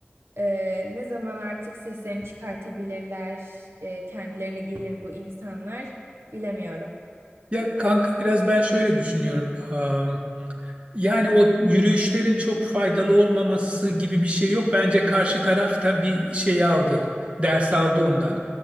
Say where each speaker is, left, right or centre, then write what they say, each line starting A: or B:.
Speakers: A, on the right (about 75°); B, on the right (about 30°).
A: E, ne zaman artık seslerini çıkartabilirler, e, kendilerine gelir bu insanlar bilemiyorum.
B: Ya kanka biraz ben şöyle düşünüyorum Am, yani o yürüyüşlerin çok faydalı olmaması gibi bir şey yok bence karşı taraf da bir şey aldı ders aldı ondan